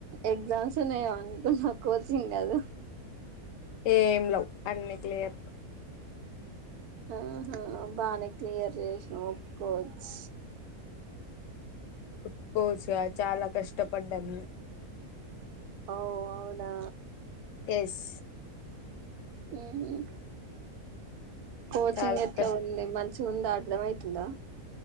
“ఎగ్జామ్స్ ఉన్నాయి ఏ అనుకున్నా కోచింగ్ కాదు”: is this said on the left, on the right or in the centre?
Right